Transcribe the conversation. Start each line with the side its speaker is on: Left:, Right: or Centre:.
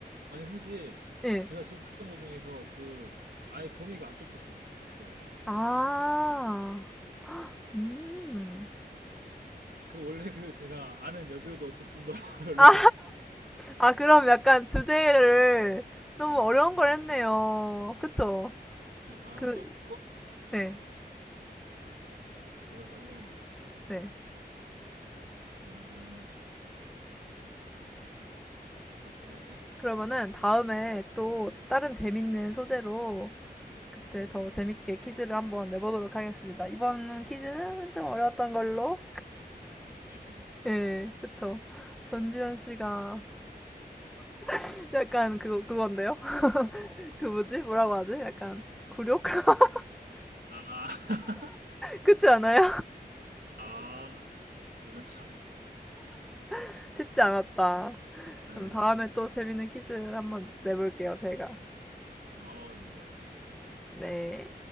Right: 아니 사실
Centre: 예.
Right: 제가 질문했던 것 중에서 그 아예 범위가 안 좁혔었어요.
Centre: 아, 음.
Right: 그 원래 그 제가 아는 여배우도 없을 뿐더러 <laughs> 별로.
Centre: 아, 아 그럼 약간 주제를 너무
Right: 네.
Centre: 어려운 걸 했네요. 그쵸?
Right: 네. 아
Centre: 그,
Right: 조금
Centre: 네,
Right: 그러면은
Centre: 네.
Right: 어 어떻게 하지?
Centre: 그러면은 다음에 또 다른 재밌는 소재로 그때 더 재밌게 퀴즈를 한번 내보도록 하겠습니다. 이번 퀴즈는 좀 어려웠던 걸로.
Right: 네.
Centre: 예, 그쵸. 전지현 씨가 <laughs> 약간 그거, 그건데요? 그 뭐지? 뭐라고 하지? 약간 굴욕? <laughs>
Right: 아, <laughs>
Centre: 그렇지 않아요?
Right: 아 이거 참.
Centre: <laughs> 쉽지 않았다.
Right: 네.
Centre: 그럼 다음에
Right: 아,
Centre: 또 재밌는 퀴즈 한번 내볼게요, 제가.
Right: 아 네네 알겠습니다.
Centre: 네.